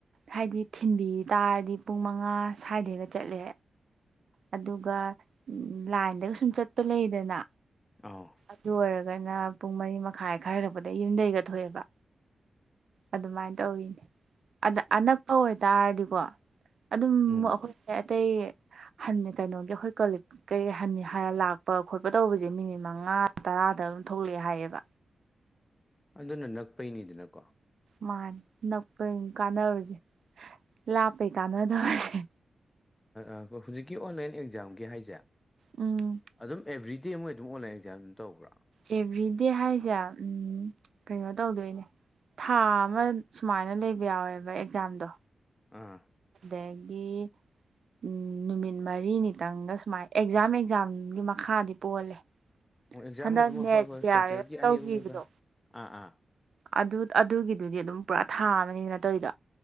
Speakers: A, on the right; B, on the left.
A: ꯍꯥꯏꯗꯤ ꯊꯤꯟꯕꯤ ꯇꯥꯔꯗꯤ ꯄꯨꯡ ꯃꯪꯉꯥ ꯁꯥꯏꯗꯩꯒ ꯆꯠꯂꯦ ꯑꯗꯨꯒ ꯂꯥꯏꯟꯗꯒ ꯁꯨꯝ ꯆꯠꯄ ꯂꯩꯗꯅ
B: ꯑꯧ
A: ꯑꯗꯨ ꯑꯣꯏꯔꯒꯅ ꯄꯨꯡ ꯃꯔꯤ ꯃꯈꯥꯏ ꯈꯔꯍꯦꯜꯂꯛꯄꯗꯩ ꯌꯨꯝꯗꯩꯒ ꯊꯣꯛꯑꯦꯕ ꯑꯗꯨꯃꯥꯏꯅ ꯇꯧꯋꯤꯅꯦ ꯑꯗ ꯑꯅꯛꯄ ꯑꯣꯏꯇꯥꯔꯗꯤꯀꯣ ꯑꯗꯨꯝ
B: ꯎꯝ
A: ꯑꯩꯈꯣꯏꯁꯦ ꯑꯇꯩ ꯍꯟꯅ ꯀꯩꯅꯣꯒꯤ ꯑꯩꯈꯣꯏ ꯀꫭꯂꯤꯛ ꯀꯩꯩ ꯍꯟꯅꯤ ꯍꯥꯟꯅ ꯂꯥꯛꯄ ꯈꯣꯠꯄ ꯇꯧꯕꯖꯦ ꯃꯤꯅꯤꯠ ꯃꯪꯉꯥ ꯇꯔꯥꯗ ꯑꯗꯨꯝ ꯊꯣꯛꯂꯛꯑꯦ ꯍꯥꯏꯌꯦꯕ
B: ꯑꯗꯨꯅ ꯅꯛꯄꯩꯅꯤꯗꯅꯀꯣ
A: ꯃꯥꯅꯤ ꯅꯛꯄꯩ ꯀꯥꯟꯅꯕꯖꯦ ꯂꯥꯞꯄꯩ ꯀꯥꯟꯅꯗꯕꯖꯦ
B: ꯑ ꯍꯧꯖꯤꯛꯀꯤ ꯑꯣꯟꯂꯥꯏꯟ ꯑꯦꯛꯖꯥꯝꯒꯤ ꯍꯥꯏꯖꯦ
A: ꯎꯝ
B: ꯑꯗꯨꯝ ꯑꯦꯕ꯭ꯔꯤꯗꯦ ꯃꯣꯏ ꯑꯗꯨꯝ ꯑꯣꯟꯂꯥꯏꯟ ꯑꯦꯛꯖꯥꯝ ꯑꯗꯨꯝ ꯇꯧꯕ꯭ꯔꯥ
A: ꯑꯦꯕꯤꯗꯔꯦ ꯍꯥꯏꯖꯦ ꯎꯝ ꯀꯩꯅꯣ ꯇꯧꯗꯣꯏꯅꯦ ꯊꯥ ꯑꯃ ꯁꯨꯃꯥꯏꯅ ꯂꯩꯕ ꯌꯥꯎꯋꯦꯕ ꯑꯦꯛꯖꯥꯝꯗꯣ
B: ꯑꯥ
A: ꯑꯗꯒꯤ ꯎ ꯅꯨꯃꯤꯠ ꯃꯔꯤꯅꯤꯇꯪꯒ ꯁꯨꯃꯥꯏꯅ ꯑꯦꯛꯖꯥꯝ ꯑꯦꯛꯖꯥꯝꯒꯤ ꯃꯈꯥꯗꯤ ꯄꯣꯜꯂꯦ <inaudible>
B: ꯑꫭ ꯑꯦꯛꯖꯥꯝ
A: ꯍꯟꯗꯛ
B: ꯑꯗꯨꯃ
A: ꯅꯦꯠ
B: ꯍꯣꯏ ꯍꯣꯏ
A: ꯖꯤ
B: ꯁꯦꯟꯇ꯭ꯔꯦꯜꯒꯤ
A: ꯑꯥꯔ ꯑꯦꯐ ꯇꯧꯈꯤꯕꯗꯣ
B: ꯑꯅꯤ ꯑꯍꯨꯝꯒ ꯑꯥ ꯑꯥ
A: ꯑꯗꯨ ꯑꯗꯨꯒꯤꯗꯨꯗꯤ ꯑꯗꯨꯝ ꯄꯨꯔꯥ ꯊꯥꯕꯅꯤꯅ ꯇꯧꯗꯣ